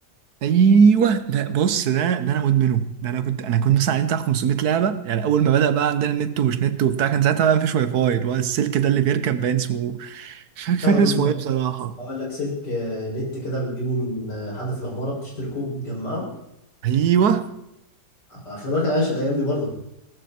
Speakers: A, on the right; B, on the left.
A: ايوه ده بص ده ده انا مدمنه ده انا كنت انا كنت مثلا عليه بتاع 500 لعبه يعني اول ما بدا بقى عندنا نت ومش نت وبتاع كان ساعتها بقى مفيش واي فاي اللي هو السلك ده اللي بيركب باين اسمه مش فاكر
B: تاخده
A: فاكر اسمه
B: من
A: ايه بصراحه
B: اقول لك سلك آه، نت كده بتجيبه من آه، حد في العمارة بتشتركه بتجمعه
A: ايوه
B: آه، خلي بالك انا عايش الايام دي برضه